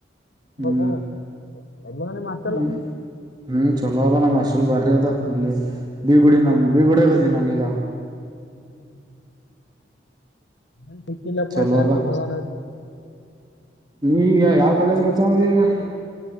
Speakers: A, on the right (about 25°); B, on the left (about 80°).
A: ಹ್ಞೂ
B: ಹೋಗು ಹೆಂಗ್ ಇದ್ದೇ ನಿಮ್ಮ ಹಾಸ್ಟೆಲ್.
A: ಹ್ಞೂ ಹ್ಮ್ ಚಲೋ ಅದ ನಮ್ಮ್ ಹಾಸ್ಟೆಲ್ ಬರ್ರಿ ಅದ ಇಲ್ಲಿ ಬೀಗುಡಿ ನಮ್ಮ ಬೀಗುಡಾಗದ ನಾನೀಗ.
B: ಹ <unintelligible> ನನ್ ಸಿಕ್ಕಿಲ್ಲಪ್ಪಾ
A: ಚಲೋ
B: ಟ್ಯಾಂತ್ ಮಗನ್
A: ನೀವ ಈಗ ಯಾವ ಕಾಲೇಜಗ ಹಚ್ಚವದಿ ಈಗ? <inaudible>